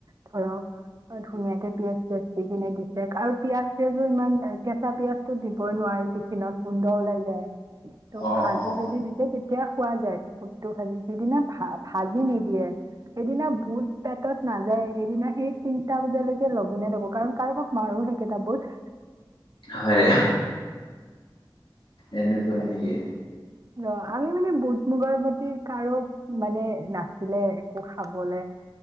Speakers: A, on the right; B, on the left.
A: ধৰক ধুনীয়াকে পিয়াজ চিয়াজ টি কিনে দিছে আৰু পিয়াজ চিয়াজো ইমান কেঁচা পিয়াজো দি- দিব নোৱাৰি টিফিনত গোন্ধ ওলাই যায়। তো
B: অ',
A: ভাজি
B: অ'।
A: যদি দিছে তেতিয়া পোৱা যায় বুটটো ভাজি দিগিনে ভাজি নিদিয়ে। এদিনা বুট পেটত নাযায় এইদিনা সেই তিনটা বজালৈকে লগ গুনে দ'ব কাৰোবাক মাৰো সেইকেই টা বুট
B: হয় এনেকুৱা হয় নেকি?
A: অ আমি মানে বুট মুগৰ প্ৰতি কাৰো মানে নাছিলে একো খাবলে